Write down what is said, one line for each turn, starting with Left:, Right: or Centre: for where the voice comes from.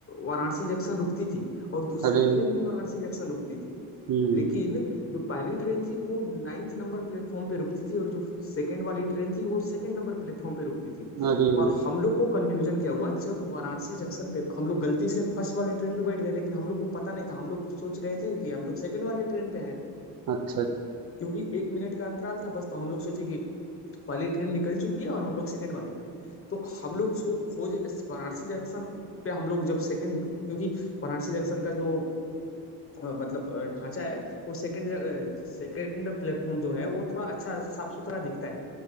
Left: वाराणसी जंक्शन रुकती थी और दूसरी
Right: अरे
Left: ट्रेन भी वाराणसी जंक्शन रुकती थी
Right: हम्म
Left: लेकिन जो पहली ट्रेन थी वो नाइन्थ नंबर प्लेटफॉर्म पे रुकती थी और जो सेकंड वाली ट्रेन थी वो सेकंड नंबर प्लेटफॉर्म पे रुकती थी
Right: अरे
Left: और हम लोग को कंफ्यूजन क्या हुआ जब वाराणसी जंक्शन पे हम लोग गलती से फर्स्ट वाले ट्रेन पे बैठ गए लेकिन हम लोग को पता नहीं था हम लोग को सोच रहे थे कि हम लोग सेकंड वाले ट्रेन पे हैं
Right: अच्छा
Left: क्योंकि एक मिनट का अंतराल था बस तो हम लोग सोचे कि पहली ट्रेन निकल चुकी है और हम लोग सेकंड वाले पे हैं तो हम लोग सो खोज इस वाराणसी जंक्शन पे हम लोग जब सेकंड क्योंकि वाराणसी जंक्शन का जो अ, मतलब अ, ढांचा है वो सेकंड सेकंड प्लेटफॉर्म जो है वो थोड़ा अच्छा साफ सुथरा दिखता है